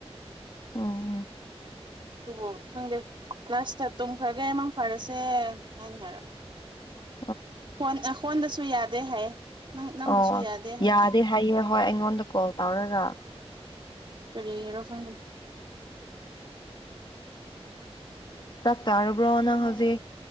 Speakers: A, on the left (about 45°); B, on the right (about 50°).
A: ꯎꯝ
B: ꯑꯣ ꯈꯪꯗꯦ ꯀ꯭ꯂꯥꯁꯇ ꯇꯨꯝꯈ꯭ꯔꯒꯦ ꯏꯃꯥꯡ ꯐꯔꯁꯦ ꯍꯥꯏꯅꯤ ꯍꯥꯏꯔ
A: ꯑꯣ
B: ꯍꯣꯟ ꯍꯣꯟꯗꯁꯨ ꯌꯥꯗꯦ ꯍꯥꯏꯌꯦ ꯅꯪ ꯅꯪꯕꯨꯁꯨ
A: ꯑꯣ
B: ꯌꯥꯗꯦ ꯍꯥꯏꯅ
A: ꯍꯥꯏꯌꯦ ꯍꯣꯏ ꯑꯩꯉꯣꯟꯗ ꯀꯣꯜ ꯇꯧꯔꯒ
B: ꯀꯔꯤꯒꯤꯔꯣ ꯈꯪꯗ
A: ꯆꯥꯛ ꯆꯥꯔꯕ꯭ꯔꯣꯑꯣꯅꯥ ꯍꯧꯖꯤ